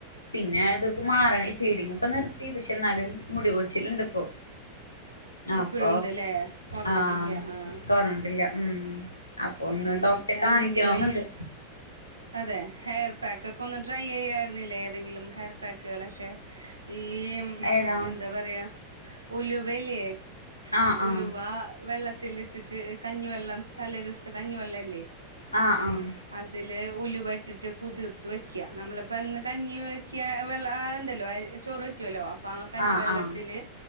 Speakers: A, on the left; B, on the right.
A: പിന്നെ, അതൊക്കെ മാർ ആഹ് ഈ ഫീഡിങ് ഇപ്പ നിർത്തി പക്ഷെ ഇന്നാലും മുടികൊഴിച്ചില്ണ്ട് ഇപ്പം അപ്പ
B: ഇപ്പഴും ഉണ്ട്ല്ലേ കൊറഞ്ഞിട്ടില്ല
A: ആം
B: ആഹ്
A: തൊർന്ന്ട്ട്ല്ല മ് അപ്പൊ ഒന്ന്
B: ഉം
A: ഡോക്റ്റെ
B: എന്തെങ്കിലും
A: കാണിക്കണോന്നണ്ട്.
B: അതെ, ഹെയർ പാക്കൊക്കെ ഒന്ന് ട്രൈ ചെയ്യായിരുന്നില്ലേ ഏതെങ്കിലും ഹെയർ പാക്കളെക്കെ. ഈ മ്
A: ഏതാ
B: എന്താ പറയാ ഉലുവയില്ലേ
A: ആഹ് ആഹ്
B: ഉലുവ വെള്ളത്തിലിട്ടിട്ട് കഞ്ഞിവെള്ളം തലേ ദിവസ്ത്തെ കഞ്ഞിവെള്ളല്ലേ
A: ആഹ് ആഹ്
B: അതില് ഉലുവട്ടിട്ട് കുതിർത്ത് വെക്ക്യ, നമ്മള്പ്പോ എന്ന് കഞ്ഞി വെക്യ വെള്ള ആഹ് ഇണ്ട ല്ലോ അയ് ചോറ് വെ ക്കുല്ലൊ അപ്പൊ ആ കഞ്ഞിവെള്ളത്തില്
A: ആഹ് ആഹ്